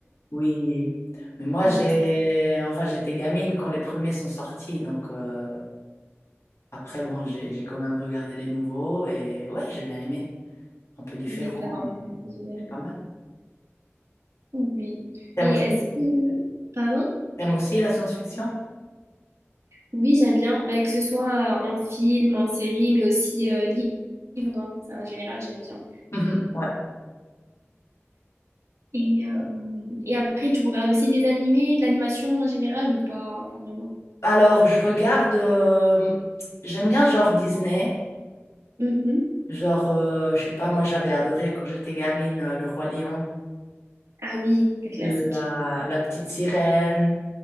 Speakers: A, on the left; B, on the right.
A: Oui. mais moi
B: Oui,
A: j'ai
B: ça,
A: enfin j'étais gamine quand les premiers sont sortis donc euh, Après, bon, j'ai j'ai quand même regardé les nouveaux et ouais, j'ai bien aimé. Un peu différent,
B: oui, ça va.
A: mais
B: moi, j'ai bien
A: c'est
B: aimé.
A: pas mal.
B: Oui.
A: T'aimes
B: Et
A: aussi?
B: est-ce que. Pardon?
A: T'aimes aussi la science-fiction?
B: Oui, j'aime bien. Bah, que ce soit en film, en série, mais aussi euh, livre. hein. Ça, en général, j'aime bien.
A: Mhm, <laughs> ouais.
B: Et, euh, et après, tu regardes aussi des animés, de l'animation en général ou pas, pas vraiment?
A: Alors, je regarde. euh, j'aime bien genre Disney.
B: Mhm.
A: Genre, euh, je sais pas, moi j'avais adoré quand j'étais gamine euh, Le Roi Lion,
B: Ah oui, le classique.
A: La, La Petite Sirène,